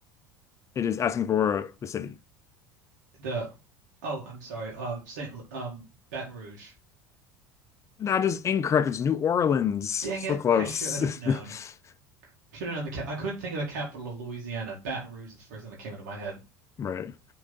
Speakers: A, on the left; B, on the right.
A: It is asking for the city.
B: The oh, I'm sorry. Uh, Saint L- um Baton Rouge.
A: That is incorrect. It's New Orleans.
B: Dang
A: So
B: it,
A: close.
B: I should have known.
A: <laughs>
B: Should have known the cap. I couldn't think of the capital of Louisiana. Baton Rouge is the first thing that came into my head.
A: Right.